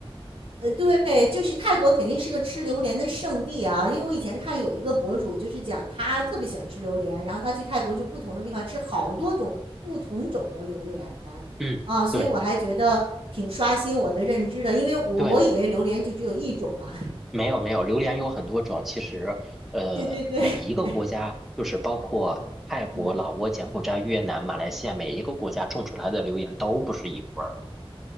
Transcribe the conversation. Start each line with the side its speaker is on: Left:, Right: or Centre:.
Right: 呃，对，就是泰国肯定是个吃榴莲的圣地啊，因为我以前看有一个博主就是讲他特别喜欢吃榴莲，然后他去泰国就不同的地方吃好多种不同种的榴莲
Centre: 嗯，
Right: 啊，所以我还觉得挺刷新我的认知的，
Centre: 对。
Right: 因为我我以为榴莲就只有一种嘛。
Centre: 对，没有没有，榴莲有很多种。其实，呃，
Right: 对对对，
Centre: 每一个国家，
Right: <laughs>
Centre: 就是包括泰国、
Right: 嗯，
Centre: 老挝、柬埔寨、越南、马来西亚，每一个国家种出来的榴莲都不是一个味儿。